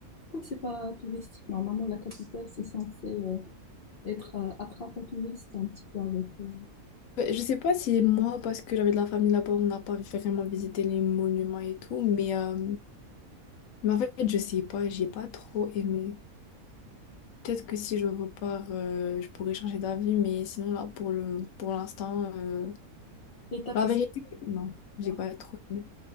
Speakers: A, on the left; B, on the left.
A: Pourquoi c'est pas touristique? Normalement, la capitale, c'est censé euh, être euh, attrape à touristes un petit peu avec. euh,
B: Euh, Je sais pas si moi, parce que j'avais de la famille là-bas, on n'a pas vraiment visité les monuments et tout, mais, euh, mais en fait, je sais pas, j'ai pas trop aimé. Peut-être que si je repars, euh, je pourrais changer d'avis, mais sinon là, pour le, pour l'instant, euh,
A: Et t'as
B: la
A: passé
B: vérité, non, j'ai
A: quoi?
B: pas trop aimé.